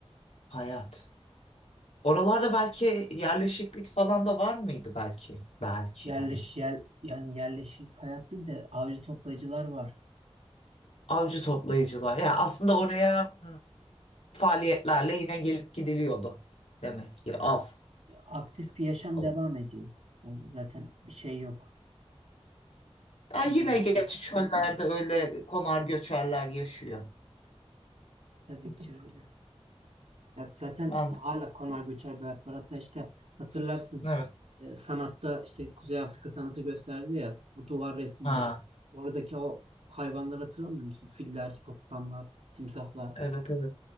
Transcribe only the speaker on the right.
Yerleş,
yer, yani yerleşik hayat değil de avcı toplayıcılar var.
Aktif bir yaşam
devam ediyor. Yani zaten bir şey yok.
Bir
değişken.
<clears throat>
Tabii ki öyle. Ya zaten
hala konar göçer bir hayat var. Hatta işte hatırlarsın
e, sanatta işte Kuzey Afrika sanatı gösterdi ya bu duvar resimleri.
Oradaki o hayvanları hatırlamıyor musun? Filler, hipopotamlar, timsahlar.